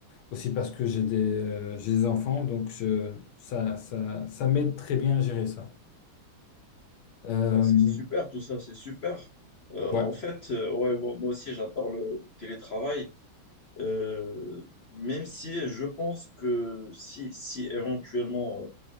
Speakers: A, on the left (about 85°); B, on the left (about 55°).
A: Aussi parce que j'ai des, euh, j'ai des enfants, donc je- ça, ça, ça m'aide très bien à gérer ça. Euh,
B: Bah, c'est super, tout ça, c'est super. Euh,
A: ouais.
B: en fait, euh, ouais, moi, moi aussi, j'adore le le télétravail. Euh, même si je pense que si, si éventuellement euh,